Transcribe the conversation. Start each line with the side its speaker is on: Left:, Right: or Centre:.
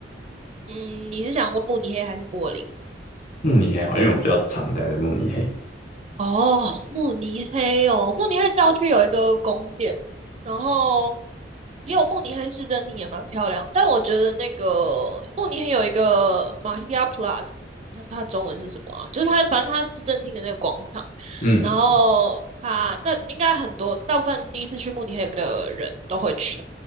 Right: 嗯，你是想问慕尼黑还是柏林？
Left: 慕尼黑好，因为我比较常待在慕尼黑。
Right: 哦，慕尼黑哦，慕尼黑郊区有一个宫殿，然后也有慕尼黑市政厅也蛮漂亮，但我觉得那个慕尼黑有一个马希亚普拉兹，它它的中文是什么啊？就是它反正它市政厅的那个广场，
Left: 嗯，
Right: 然后它那应该很多大部分第一次去慕尼黑的人都会去，